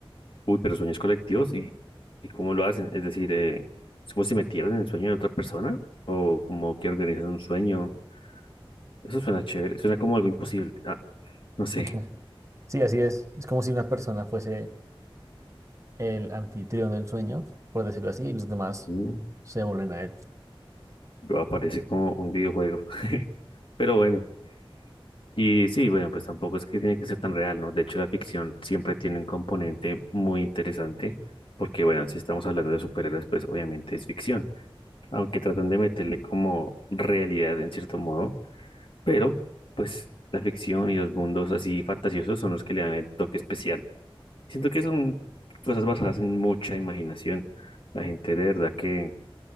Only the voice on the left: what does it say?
Uy, pero sueños colectivos y, y cómo lo hacen. Es decir, eh, ¿es como si metieran en el sueño de otra persona? ¿O como que organizan un sueño? Eso suena chévere, suena como algo imposible. Ah, no sé.
Mm,
Pero aparece como un videojuego. <laughs> Pero bueno, y sí, bueno, pues tampoco es que tiene que ser tan real, ¿no? De hecho, la ficción siempre tiene un componente muy interesante, porque bueno, si estamos hablando de superhéroes, pues obviamente es ficción, aunque tratan de meterle como realidad en cierto modo, pero pues la ficción y los mundos así fantasiosos son los que le dan el toque especial. Siento que son cosas basadas en mucha imaginación. La gente de verdad que